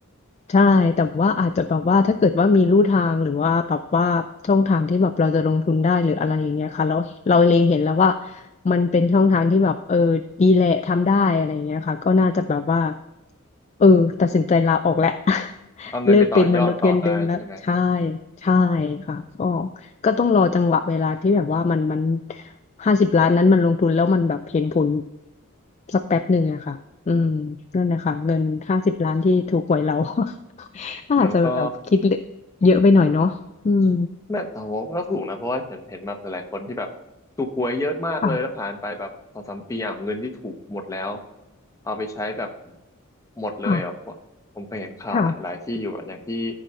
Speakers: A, on the left (about 30°); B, on the left (about 15°).
A: ใช่ แต่ว่าอาจจะแบบว่าถ้าเกิดว่ามีลู่ทางหรือว่าแบบว่าช่องทางที่แบบเราจะลงทุนได้หรืออะไรอย่างเงี้ยค่ะแล้วเราเล็งเห็นแล้วว่ามันเป็นช่องทางที่แบบเออดีแหละทำได้อะไรอย่างเงี้ยค่ะก็น่าจะแบบว่าเออตัดสินใจลาออกแหละ <laughs>
B: เอาเงินไปต่อยอดต่อได้ใช่ไหม
A: เลิกเป็นมนุษย์เงินเดือนแล้วใช่ใช่ค่ะก็ก็ต้องรอจังหวะเวลาที่แบบว่ามันมัน ห้าสิบล้านนั้นมันลงทุนแล้วมันแบบเห็นผลสักแป๊บหนึ่งอะค่ะอืมนั่นแหละค่ะเงินห้าสิบล้านที่ถูกหวยเรา <laughs>
B: มันก็
A: อาจจะแบบคิดเยอะไปหน่อยเนาะอืม
B: แม่แต่ว่ามันก็ถูกนะเพราะว่าเห็นเห็นแบบหลายๆคนที่แบบถูกหวยเยอะมากเลยแล้วผ่านไปแบบสองสามปีอ่ะเงินที่ถูกหมดแล้ว
A: ค่ะ
B: เอาไปใช้แบบหมดเลยอ่ะผมผมเคยเห็นข่าวหลายหลายที่อยู่อะอย่างที่
A: ค่ะ ค่ะ